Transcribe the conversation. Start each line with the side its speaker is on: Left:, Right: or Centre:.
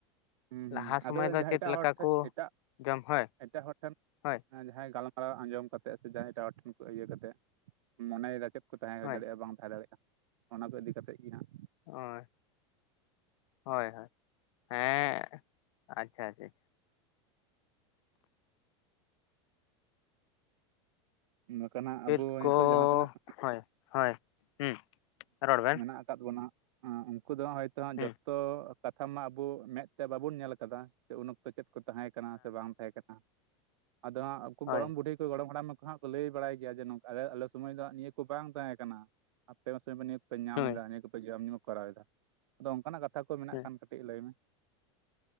Right: ᱦᱩᱸ ᱦᱩᱸ
Left: ᱞᱟᱦᱟ ᱥᱚᱢᱚᱭ
Right: ᱟᱫᱚ
Left: ᱫᱚ
Right: ᱡᱟᱦᱟᱸ
Left: ᱪᱮᱫ
Right: ᱮᱴᱟᱜ
Left: ᱞᱮᱠᱟ
Right: ᱦᱚᱲ ᱴᱷᱮᱜ
Left: ᱠᱚ
Right: ᱮᱴᱟᱜ
Left: ᱡᱚᱢ ᱦᱳᱭ
Right: ᱮᱴᱟᱜ ᱦᱚᱲ ᱴᱷᱮᱱ
Left: ᱦᱳᱭ
Right: ᱡᱟᱦᱟᱸᱭ ᱜᱟᱞᱢᱟ ᱟᱸᱡᱚᱢ ᱠᱟᱛᱮ ᱥᱮ ᱡᱟᱦᱟᱸᱭ ᱮᱴᱟᱜ ᱦᱚᱲ ᱴᱷᱮᱱ ᱠᱷᱚᱱ ᱤᱭᱟᱹ ᱠᱟᱛᱮᱫ ᱢᱚᱱᱮ ᱨᱮ ᱪᱮᱫ ᱠᱚ ᱛᱟᱦᱮᱸ
Left: ᱦᱳᱭ
Right: ᱫᱟᱲᱮᱭᱟᱜᱼᱟ ᱵᱟᱝ ᱛᱟᱦᱮᱸ ᱫᱟᱲᱮᱭᱟᱜᱼᱟ? ᱚᱱᱟ ᱠᱚ ᱤᱫᱤ ᱠᱟᱛᱮᱫ ᱜᱮ ᱦᱟᱸᱜ᱾
Left: ᱦᱚᱭ᱾ ᱦᱚᱭ-ᱦᱚᱭ ᱦᱮᱸ ᱟᱪᱪᱷᱟ-ᱟᱪᱪᱷᱟ᱾
Right: ᱵᱟᱠᱷᱟᱱ ᱱᱟᱦᱟᱜ
Left: ᱪᱮᱫ
Right: ᱟᱵᱚ ᱱᱤᱛᱚᱜ
Left: ᱠᱚ
Right: ᱡᱟᱦᱟᱸᱛᱤᱱᱟᱹᱜ
Left: ᱦᱳᱭ ᱦᱳᱭ ᱦᱩᱸ ᱨᱚᱲ ᱵᱮᱱ
Right: ᱢᱮᱱᱟᱜ ᱟᱠᱟᱫ ᱵᱚᱱᱟ᱾ ᱟᱸ ᱩᱱᱠᱩ ᱫᱚ ᱦᱚᱭᱛᱚ
Left: ᱦᱩᱸ
Right: ᱡᱚᱛᱚ ᱠᱟᱛᱷᱟ ᱢᱟ ᱟᱵᱚ ᱢᱮᱫ ᱛᱮ ᱵᱟᱵᱚᱱ ᱧᱮᱞ ᱠᱟᱫᱟ ᱩᱱ ᱚᱠᱛᱚ ᱪᱮᱫ ᱠᱚ ᱛᱟᱦᱮᱸ ᱠᱟᱱᱟ ᱥᱮ ᱵᱟᱝ ᱛᱟᱦᱮᱸ ᱠᱟᱱᱟ ᱟᱫᱚ ᱦᱟᱸᱜ ᱟᱠᱩ
Left: ᱦᱳᱭ
Right: ᱜᱚᱲᱚᱢ ᱵᱩᱰᱦᱤ ᱠᱚ ᱜᱚᱲᱚᱢ ᱦᱟᱲᱟᱢ ᱩᱱᱠᱩ ᱦᱟᱸᱜ ᱠᱚ ᱞᱟᱹᱭ ᱵᱟᱲᱟᱭ ᱜᱮᱭᱟ ᱡᱮ ᱱᱚᱝᱠᱟ ᱟᱞᱮ ᱥᱩᱚᱢᱚᱭ ᱫᱚ ᱱᱤᱭᱟᱹ ᱠᱚ ᱵᱟᱝ ᱛᱟᱦᱮᱸ ᱠᱟᱱᱟ ᱟᱯᱮ ᱥᱚᱢ ᱫᱚ ᱱᱤᱭᱟᱹ ᱯᱮ ᱧᱟᱢᱮᱫᱟ
Left: ᱦᱳᱭ
Right: ᱱᱤᱭᱟᱹ ᱠᱚᱯᱮ ᱡᱚᱢ ᱧᱩ ᱠᱚᱨᱟᱣᱮᱫᱟ ᱟᱫᱚ ᱚᱱᱠᱟᱱᱟᱜ ᱠᱟᱛᱷᱟ ᱠᱚ ᱢᱮᱱᱟᱜ
Left: ᱦᱮᱸ
Right: ᱠᱷᱟᱱ ᱠᱟᱹᱴᱤᱡ ᱞᱟᱹᱭ ᱢᱮ